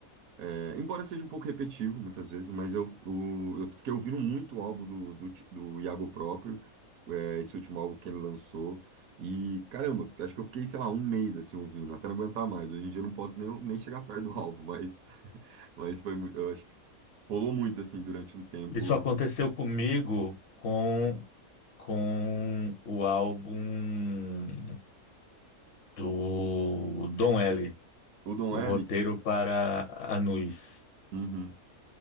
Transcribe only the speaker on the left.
Isso aconteceu comigo com com o álbum do Don L,
o
roteiro para Anuis,